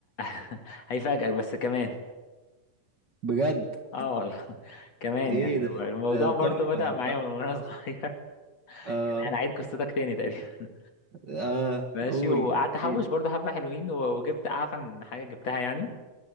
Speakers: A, on the left; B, on the right.
A: <laughs> هيفاجئك بس كمان
B: بجد
A: اه والله <laughs> كمان
B: إيه
A: يعني
B: ده
A: هو الموضوع
B: ده
A: برضو
B: تحفة
A: بدأ معايا
B: تحفة
A: من وانا صغير
B: آه
A: <laughs> انا عيد قصتك تاني تقريبا <laughs>
B: آه
A: ماشي
B: قول
A: وقعدت
B: احكيلي.
A: احوش برضو حبة حلوين و- وجبت اعفن حاجة جبتها يعني